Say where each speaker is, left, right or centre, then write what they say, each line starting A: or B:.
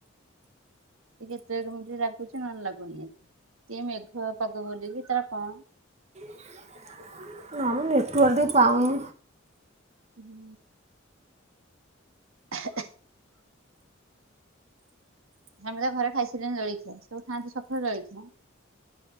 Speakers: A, on the right; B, on the right.
A: ଟିକେ ପେକ ଲାଗୁଛି ନହେଲେ ଲାଗୁନି। କି ମେଘୁଆ ପାଗ ବୋଲି କି ତାର କଣ।
B: <unintelligible> କରିଦି ପାଉନି।
A: ହୁଁ। <unintelligible> ସମତେ ଘରେ ଖାଇସାରିଲେଣି ଜଳଖିଆ ସବୁ ଖାଆନ୍ତି ସକାଳୁ ଜଳଖିଆ।